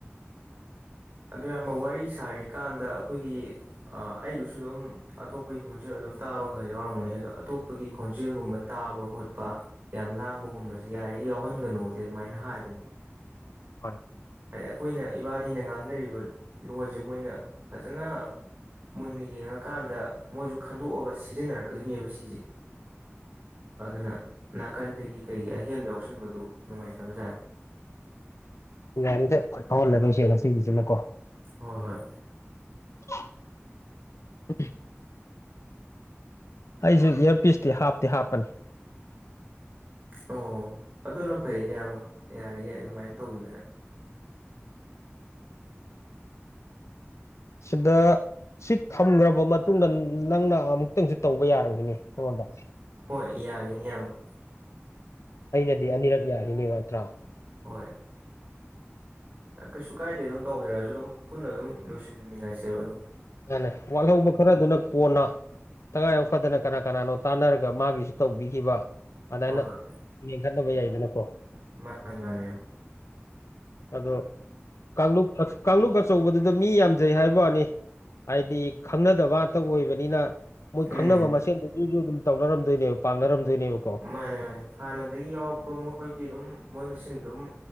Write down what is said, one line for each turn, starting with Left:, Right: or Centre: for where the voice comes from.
Right: ꯑꯗꯨ ꯏꯌꯥꯝꯕ ꯋꯥꯔꯤ ꯁꯥꯔꯤꯀꯥꯟꯗ ꯑꯩꯈꯣꯏꯒꯤ ꯑꯩꯒꯤꯁꯨ ꯑꯗꯨꯝ ꯑꯇꯣꯞꯄꯒꯤ ꯈꯣꯟꯖꯦꯜ ꯑꯗꯨꯝ ꯇꯥꯕ ꯈꯔ ꯌꯥꯎꯔꯝꯒꯅꯤ ꯑꯗꯣ ꯑꯇꯣꯞꯄꯒꯤ ꯈꯣꯟꯖꯦꯜꯒꯨꯝꯕ ꯇꯥꯕ ꯈꯣꯠꯄ ꯌꯥꯝ ꯂꯥꯡꯕꯒꯨꯝꯕꯁꯦ ꯌꯥꯔꯤꯈꯩꯏ ꯌꯥꯎꯍꯟꯒꯅꯨꯗꯤ ꯑꯗꯨꯃꯥꯏꯅ ꯍꯥꯏꯕꯅꯦ
Left: ꯍꯣꯏ
Right: ꯑꯩꯈꯣꯏꯅ ꯏꯕꯥꯅꯤꯅ ꯉꯥꯡꯅꯔꯤꯕ ꯂꯣꯟꯁꯦ ꯃꯣꯏꯅ ꯐꯖꯅ ꯃꯨꯟꯅ ꯌꯦꯡꯉꯀꯥꯟꯗ ꯃꯣꯏꯁꯨ ꯈꯟꯗꯣꯛꯑꯒ ꯁꯤꯖꯤꯟꯅꯔꯛꯀꯗꯣꯏꯅꯦꯕ ꯁꯤꯁꯦ ꯑꯗꯨꯅ ꯅꯥꯀꯟꯗꯒꯤ ꯀꯩꯒꯤ ꯑꯍꯦꯟꯕ ꯌꯥꯎꯁꯟꯕꯗꯨ ꯅꯨꯡꯉꯥꯏꯇꯕꯖꯥꯠꯅꯤ
Left: ꯌꯥꯔꯦꯗꯥ ꯐꯥꯎꯍꯜꯂꯔꯣꯏꯁꯦ ꯉꯁꯤꯒꯤꯁꯤꯅꯀꯣ
Right: ꯍꯣꯏ ꯍꯣꯏ
Left: <unintelligible> ꯑꯩꯁꯨ ꯏꯌꯔꯄꯤꯁꯇꯤ ꯍꯥꯞꯇꯤ ꯍꯥꯞꯄꯅꯤ
Right: ꯑꯣ ꯑꯗꯨꯅ ꯐꯩꯌꯦ ꯏꯌꯥꯝꯕ ꯌꯥꯔꯤꯈꯩꯏ ꯑꯗꯨꯃꯥꯏꯅ ꯇꯧꯕꯤꯕꯅꯦ
Left: ꯁꯤꯗ ꯁꯤ ꯊꯝꯈ꯭ꯔꯕ ꯃꯇꯨꯡꯗ ꯅꯪꯅ ꯑꯃꯨꯛꯇꯪꯁꯨ ꯇꯧꯕ ꯌꯥꯔꯝꯒꯅꯤ ꯑꯩꯉꯣꯟꯗ
Right: ꯍꯣꯏ ꯌꯥꯒꯅꯤ ꯏꯌꯥꯝꯕ
Left: ꯑꯩꯅꯗꯤ ꯑꯅꯤꯔꯛ ꯌꯥꯒꯤꯅꯤ ꯅꯠꯇ꯭ꯔꯥ
Right: ꯍꯣꯏ ꯀꯩꯁꯨ ꯀꯥꯏꯗꯦ ꯑꯗꯨꯝ ꯇꯧꯕꯤꯔꯛꯑꯁꯨ ꯑꯗꯨꯝ ꯄꯨꯟꯅ ꯑꯗꯨꯝ ꯂꯣꯏꯁꯤꯟꯃꯤꯟꯅꯁꯦꯕ ꯑꯗꯨꯝ
Left: ꯌꯥꯅꯤ ꯋꯥꯠꯍꯧꯕ ꯈꯔꯗꯨꯅ ꯀꯣꯟꯅ ꯇꯉꯥꯏꯐꯥꯎ ꯐꯗꯅ ꯀꯅꯥ ꯀꯅꯥꯅꯣ ꯇꯥꯟꯅꯔꯒ ꯃꯥꯒꯤꯁꯨ ꯇꯧꯕꯤꯈꯤꯕ ꯑꯗꯥꯏꯅ
Right: ꯍꯣꯏ ꯍꯣꯏ
Left: ꯃꯦꯡ ꯈꯠꯅꯕ ꯌꯥꯏꯗꯅꯀꯣ
Right: ꯃꯥꯅꯦ ꯃꯥꯅꯦ
Left: ꯑꯗꯣ ꯀꯥꯡꯂꯨꯞ ꯀꯥꯡꯂꯨꯞ ꯑꯆꯧꯕꯗꯨꯗꯥ ꯃꯤ ꯌꯥꯝꯖꯩ ꯍꯥꯏꯕꯋꯥꯅꯤ ꯍꯥꯏꯗꯤ ꯈꯪꯅꯗꯕ ꯉꯥꯛꯇ ꯑꯣꯏꯕꯅꯤꯅ ꯃꯣꯏ
Right: ꯎꯝ
Left: ꯈꯪꯅꯕ ꯃꯁꯦꯟꯗꯨ ꯖꯨꯖꯨ ꯑꯗꯨꯝ ꯇꯧꯅꯔꯝꯗꯣꯏꯅꯦꯕ ꯄꯥꯡꯅꯔꯝꯗꯣꯏꯅꯦꯕꯀꯣ
Right: ꯃꯥꯅꯦ ꯃꯥꯅꯦ ꯍꯥꯟꯅꯗꯒꯤ ꯌꯥꯎꯔꯛꯄ ꯃꯣꯏꯗꯤ ꯑꯗꯨꯝ ꯃꯣꯏ ꯃꯁꯦꯟ ꯑꯗꯨꯝ